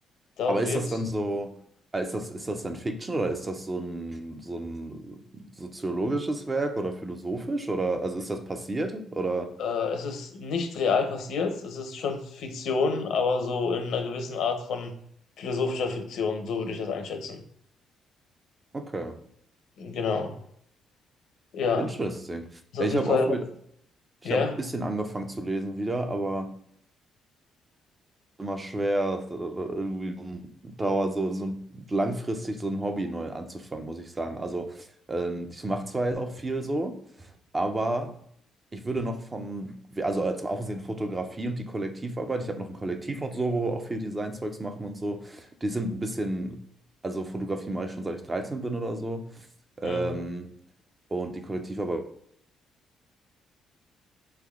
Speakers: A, on the left (about 75°); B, on the right (about 25°).
A: darum
B: Aber ist
A: geht's.
B: das dann so, äh, ist das, ist das dann Fiction oder ist das so ein, so ein soziologisches Werk oder philosophisch oder, also ist das passiert oder,
A: Äh, es ist nicht real passiert, es ist schon Fiktion, aber so in einer gewissen Art von philosophischer Fiktion, so würde ich das einschätzen.
B: okay,
A: Genau. Ja,
B: interesting.
A: ist
B: Ja,
A: auf
B: ich
A: jeden
B: habe
A: Fall,
B: auch wieder, ich
A: ja.
B: habe ein bisschen angefangen zu lesen wieder, aber. immer schwer, ist oder- oder irgendwie so ein Dauer, so, so ein- langfristig so ein Hobby neu anzufangen, muss ich sagen. Also ähm, ich mache zwar jetzt auch viel so, aber ich würde noch von, also zum Aufsehen Fotografie und die Kollektivarbeit, ich habe noch ein Kollektiv und so, wo wir auch viel Designzeugs machen und so, die sind ein bisschen, also Fotografie mache ich schon seit ich 13 bin oder so.
A: Mhm.
B: Ähm, und die Kollektivarbeit